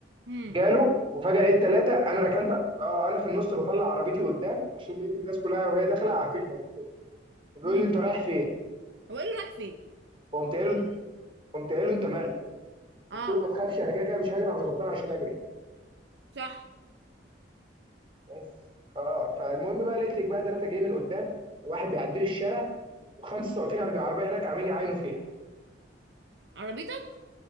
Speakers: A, on the right (about 70°); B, on the right (about 30°).
A: امم
B: جاله وفجأة لقيت ثلاثة انا ركنت اه انا في النص بطلع عربيتي قدام عشان لقيت الناس كلها وهي داخلة هتخبط كده بيقول
A: امم
B: لي انت رايح فين؟
A: هو قال له رايح فين
B: قمت قايل له قمت قايل له انت مالك؟
A: اه
B: قلت له ما تخافش انا كده كده مش هجري انا مش غلطان عشان اجري
A: صح
B: بس اه فالمهم بقى لقيت لك بقى ثلاثة جايين من قدام وواحد بيعدي لي الشارع وخمسة واقفين عند العربية هناك عاملين يعاينوا فيها
A: عربيتك